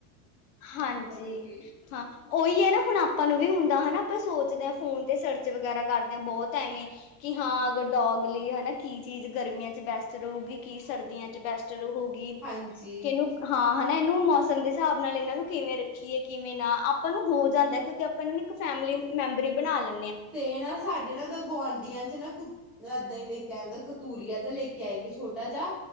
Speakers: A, on the left; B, in the centre.
A: ਹਾਂਜੀ
B: ਅੱਗੇ
A: ਹਾਂ, ਉਹੀ ਹੈ ਨਾ ਹੁਣ ਆਪਾਂ ਨੂੰ ਵੀ ਹੁਣ ਦਾ ਹਨਾ ਆਪਾਂ ਸੋਚਦੇ ਹਾਂ ਫੋਨ ਤੇ ਸਰਚ ਵਗੈਰਾ ਕਰਦੇ ਹਾਂ ਬਹੁਤ ਐਵੇਂ ਕਿ ਹਾਂ ਅਗਰ ਡੋਗ ਲਈ ਹਨਾ ਕੀ ਚੀਜ਼ ਗਰਮੀਆਂ ਚ ਬੈਸਟ ਰਹੁਗੀ ਕਿ ਸਰਦੀਆਂ ਚ ਬੈਸਟ ਰਹੂਗੀ
B: ਹਾਂਜੀ
A: ਕਿ ਇਹਨੂੰ ਹਾਂ ਹਨਾ ਇਹਨੂੰ ਮੌਸਮ ਦੇ ਹਿਸਾਬ ਨਾਲ ਇਹਨਾਂ ਨੂੰ ਕਿਵੇਂ ਰੱਖੀਏ ਕਿਵੇਂ ਨਾ, ਆਪਾਂ ਨੂੰ ਹੋ ਜਾਂਦਾ ਕਿਉਂਕਿ ਆਪਾਂ ਇਹਨਾਂ ਨੂੰ ਇੱਕ ਫੈਮਿਲੀ ਮੈਂਬਰੀ ਹੀ ਬਣਾ ਲਾ
B: ਤੇ ਨਾ ਸਾਡੇ ਨਾ ਤਾਂ ਗੁਆਂਢੀਆਂ ਚ ਨਾ ਕੁ ਇੱਦਾਂ ਹੀ ਲੈ ਕੇ ਆਇਆਦਾ ਕਤੂਰੀਆ ਜ ਲੈ ਕੇ ਆਇਆ ਇੱਕ ਛੋਟਾ ਜਿਹਾ